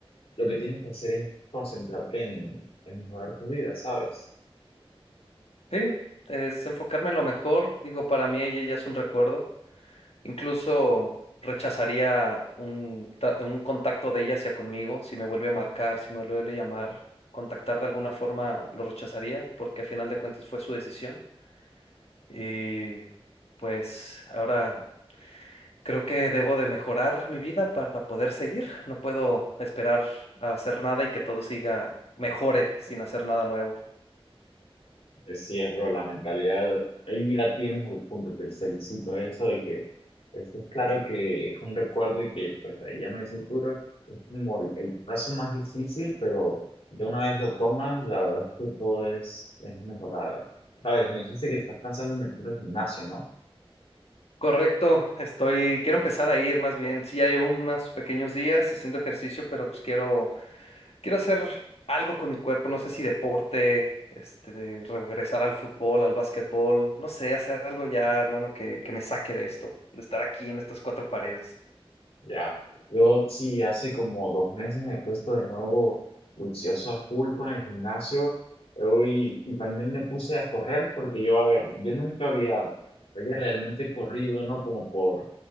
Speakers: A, on the left; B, on the left.
A: lo que tienes que hacer es concentrarte en, en mejorar tu vida, ¿sabes?
B: Sí, es enfocarme en lo mejor, digo, para mí ella ya es un recuerdo. Incluso rechazaría un, ta- un contacto de ella hacia conmigo, si me vuelve a marcar, si me vuelve a llamar, contactar de alguna forma lo rechazaría, porque a final de cuentas fue su decisión. Y pues ahora creo que debo de mejorar mi vida para poder seguir. No puedo esperar a hacer nada y que todo siga mejore sin hacer nada nuevo.
A: Es sí, es, bro, la mentalidad ahí la tienes al punto, te felicito eso de que esto es claro que es un recuerdo y que pues ahí ya no hay futuro, es como el, el paso más difícil, pero ya una vez lo tomas, la verdad es que todo es, es mejorado. Sabes, me dijiste que estás pensando en meterte al gimnasio, ¿no?
B: Correcto, estoy, quiero empezar a ir más bien. Sí, ya llevo unos pequeños días haciendo ejercicio, pero pues quiero Quiero hacer algo con mi cuerpo, no sé si deporte, este, de regresar al fútbol, al básquetbol, no sé, hacer algo ya, hermano, que, que me saque de esto, de estar aquí en estas cuatro paredes.
A: Ya, yo sí, hace como dos meses me he puesto de nuevo juicioso a full con el gimnasio eh, y, y también me puse a correr porque yo, a ver, yo nunca había, había realmente corrido, ¿no? Como por